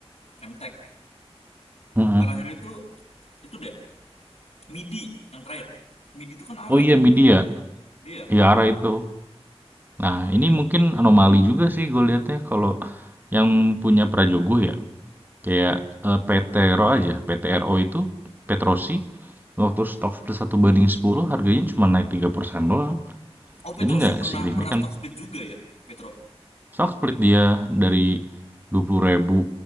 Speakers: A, on the left (about 75°); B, on the right (about 20°).
A: MTech
B: Heeh.
A: terakhir itu itu deh MIDI yang terakhir. MIDI itu kan ARA
B: Oh iya
A: kan?
B: media,
A: Iya.
B: Yara itu. Nah ini mungkin anomali juga sih gue lihatnya kalau yang punya Prajogo ya, kayak eh, PT RO aja, PT RO itu Petrosi waktu stok split satu banding 10, harganya cuma naik 3% doang.
A: Oh petro
B: Jadi nggak
A: sih pernah
B: signifikan
A: pernah stock split juga ya Petro.
B: Stock split dia dari dua puluh ribu,